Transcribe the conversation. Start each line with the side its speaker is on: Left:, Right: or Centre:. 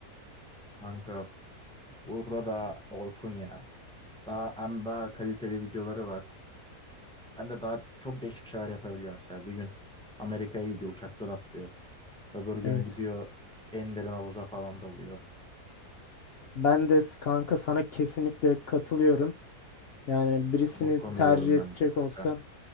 Centre: Kanka burada da Orkun ya. Daha, hem daha kaliteli videoları var. Hem de daha çok değişik şeyler yapabiliyor mesela. Bir gün Amerika'ya gidiyor uçaktan atlıyor. Öbür gün
Left: Evet.
Centre: gidiyor en derin havuza falan dalıyor.
Left: Ben de s- kanka sana kesinlikle katılıyorum. Yani birisini
Centre: Burkun
Left: tercih
Centre: diyorum
Left: edecek
Centre: ben de kanka.
Left: olsam